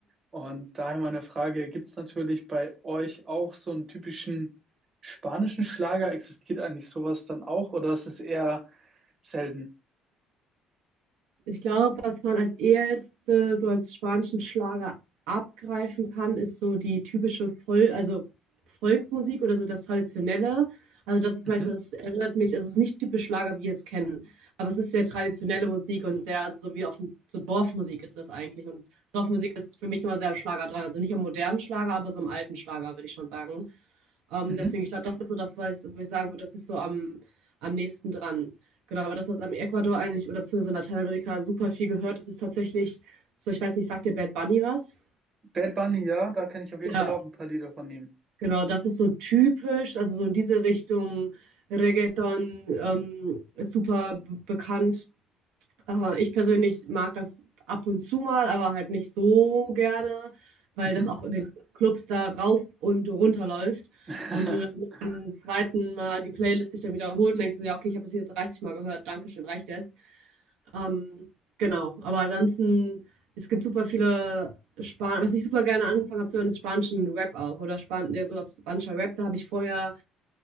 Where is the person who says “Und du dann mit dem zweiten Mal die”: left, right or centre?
Right